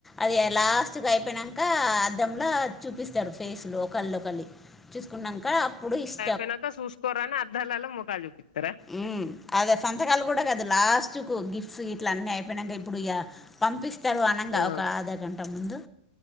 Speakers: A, in the centre; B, on the left (about 80°).
A: అది అ లాస్ట్ కి అయిపోయినంక అద్దంల చూపిస్తరు ఫేస్ లు ఓకళ్ది ఒకల్లి చూసుకున్నంక అప్పుడు ఇష్
B: పెనక సూస్కోరన్ అద్దాలల్ల మొకాలు జూపిత్తరా
A: ఉమ్ అదే సంతకాలు గూడ కాదు లాస్ట్ కు గిఫ్ట్స్ గిట్ల అన్నీ అయిపోయినంక ఇప్పుడు ఇగా పంపిస్తరు అనంగ
B: ఆ
A: ఒక అర్ధ గంట ముందు